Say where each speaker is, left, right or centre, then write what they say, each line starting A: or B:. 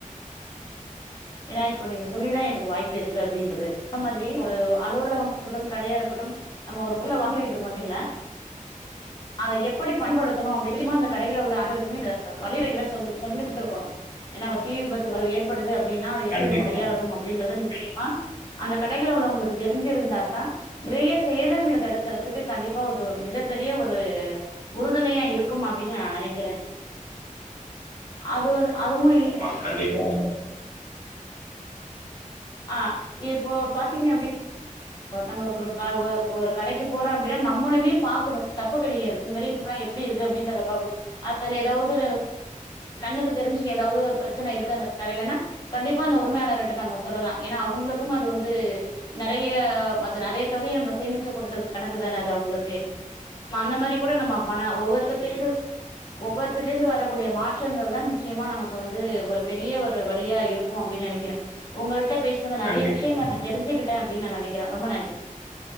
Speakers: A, on the left; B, on the left.
A: ஏன்னா இப்ப நீங்க சொல்லிதான் எனக்கு வாய்ப்பு இருக்கு அப்படின்றது அ மாதிரி ஒரு அலுவலகமா இருக்கட்டும் கடையா இருக்கட்டும் நம்ம ஒரு புள்ள வாங்கி வைக்கிறது மட்டும் இல்ல அதை எப்படி பயன்படுத்தணும் அப்படிமா அ கடைகில உள்ள அனைருக்குமே இந்த விறைகளை சொல்லி சொல்லி குத்துருக்கணும் ஏன்னா தீ விபத்து ஏற் அப்படின்னாது எப்படி
B: கண்டிப்பா,
A: நம்ம கையாளணும் அப்படின்றது நிச்சயமா அந்த கடைகள் உள்ளவங்களுக்கு தெரிஞ்சிருந்தாக்கா நிறைய சேதங்களை தடுக்கறிறதுக்கு கண்டிப்பா மிகப்பெரிய ஒரு உறுதுணையா இருக்கும் அப்படின்னு ந நெனைக்கிறேன் அது அதுவும்
B: ஆ கண்டிப்பா
A: ஆஹ் இப்போ பாத்தீங்க அப்படின்னாம்ம நம்ம ஒரு கடைக்கு போறம் அப்படின்னா நம்மளுமே பாக்கணும் தப்பு கிடையாது இந்தமாரி நம்ம எப்படி இருக்கு அப்படின்றத பாக்கணும் அதுல ஏதாவது கண்ணுக்கு தெரிஞ்சு ஏதாவது பிரச்சனை இருக்கு அந்த கடையிலன்னா கண்டிப்பா அந்த உரிமையாளர்ட்ட நம்ம சொல் சொல்லலாம் ஏன்னா அவுங்களுக்கும் அது வந்து நறைய அது நறைய தொகையை நம்ம சேமிச்சு கொடுத்தது கணக்கு தான அது அவுங்களுக்கு அந்த மாரி கூட நம்ம பண்ணாம் ஒவ்வொருத்தந்து ஒவ்வொருத்தல இருந்து வரக்கூடிய மாற்றங்கள் தான் நிச்சயமா நமக்கு வந்து ஒரு பெரிய ஒரு வழியா இருக்கும் அப்டின்னு நெனைக்கிறேன் உங்கள்ட்ட பேசுனது நறைய
B: கண்டிப்பா.
A: விஷயங்கள் நான் தெரி்சுக்கிட்டேன் அப்டினு நான் நெனைக்கிறேன் ரொம்ப நன்றி